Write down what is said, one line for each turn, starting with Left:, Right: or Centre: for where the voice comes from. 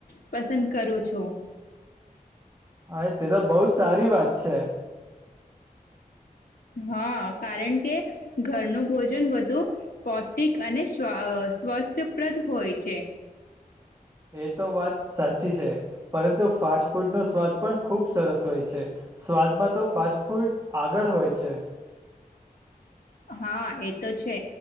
Left: પસંદ કરું છું.
Right: આએ તે તો બઉ સારી વાત છે.
Left: હા કારણ કે ઘરનું ભોજન વધુ પૌષ્ટિક અને <unintelligible> સ્વસ્થપ્રદ હોય છે.
Right: એ તો વાત સાચી છે, પરંતુ ફાસ્ટ ફૂડનો સ્વાદ પણ ખૂબ સરસ હોય છે, સ્વાદમાં તો ફાસ્ટ ફૂડ આગળ હોય છે.
Left: હા એ તો છે,